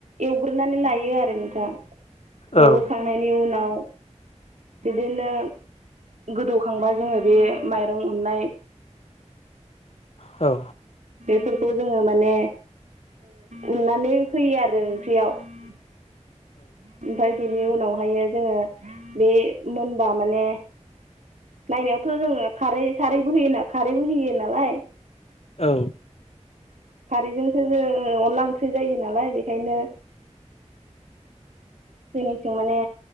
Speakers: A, on the right (about 75°); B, on the left (about 55°).
A: एवग्रोनानै लायो आरो नोंथां
B: औ
A: एवगोरखांनायनि उनाव बिदिनो गोदौखांबा जोङो बे माइरं उननाय
B: औ
A: बेफोरखौ जोङो माने उननानै होयो आरो ओंख्रियाव ओमफ्राय बेनि उनावहाय जोङो बे मोनबा माने नायनायावथ' जोङो खारै सारै बो होयोना खारैबो होयो नालाय
B: औ
A: बेजोंसो जों अनला ओंख्रि जायो नालाय बेखायनो जोंनिथिं माने